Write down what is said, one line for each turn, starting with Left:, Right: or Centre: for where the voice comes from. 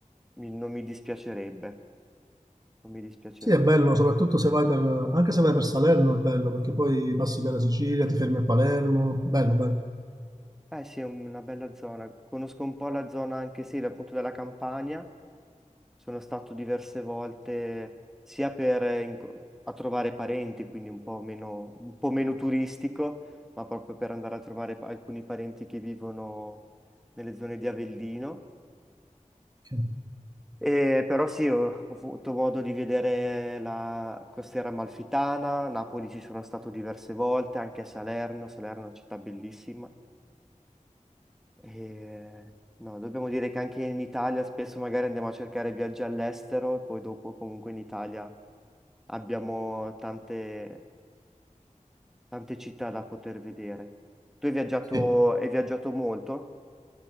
Centre: mi- non mi dispiacerebbe, non mi dispiacerebbe.
Right: Sì, è bello, soprattutto se vai per, anche se vai per Salerno è bello, perché poi passi per la Sicilia, ti fermi a Palermo, bello, bello.
Centre: Eh sì, è una bella zona, conosco un po' la zona anche sì, appunto della Campania Sono stato diverse volte sia per eh, inco- a trovare parenti, quindi un po' meno, un po' meno turistico, ma proprio per andare a trovare pa- alcuni parenti che vivono nelle zone di Avellino.
Right: Ok.
Centre: E però sì, ho, ho avuto modo di vedere la costiera amalfitana, Napoli ci sono stato diverse volte, anche a Salerno, Salerno è una città bellissima. E, no, dobbiamo dire che anche in Italia spesso magari andiamo a cercare viaggi all'estero e poi dopo comunque in Italia abbiamo tante, tante città da poter vedere. Tu hai viaggiato,
Right: Sì.
Centre: hai viaggiato molto?